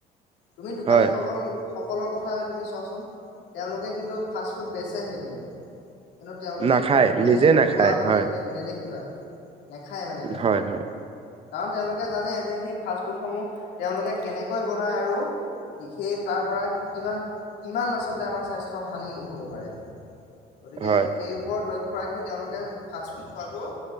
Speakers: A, on the left; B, on the right.
A: তুমি দোকানীসকল
B: হয়
A: সকলৰ কথা হয় তুমি চোৱাচোন, তেওঁলোকে কিন্তু ফাষ্ট ফুড বেচেহে কিন্তু। কিন্তু তেওঁলোকে
B: নাখায়
A: খুব মানে
B: নিজে নাখায়
A: খোৱা তুমি
B: হয়।
A: দে নেদেখিবাই, নেখায়ে মানে তেওঁলোকে,
B: হয় হয়
A: কাৰণ তেওঁলোকে জানে যে সেই ফাষ্টফুদ <unintelligible> সমূহ তেওঁলোকে কেনেকৈ বনায় আৰু সেই তাৰ পৰা কিমান-কিমান আচলতে আমাৰ স্বাস্থ্য হানি হ'ব পাৰে। গতিকে
B: হয়
A: সেই ওপৰত লক্ষ্য ৰাখি সেই তেওঁলোকে ফাষ্টফুড খোৱাটো